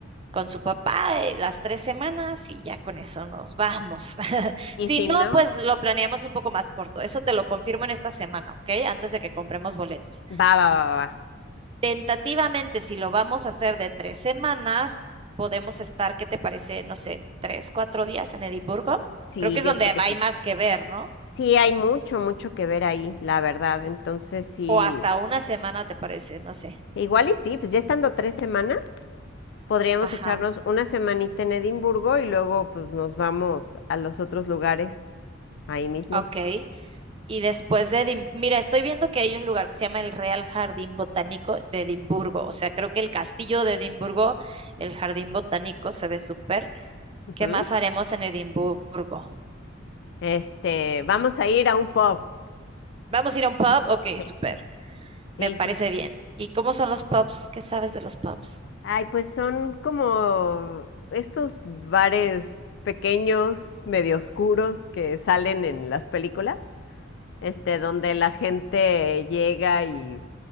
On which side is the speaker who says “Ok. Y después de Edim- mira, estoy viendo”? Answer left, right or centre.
Right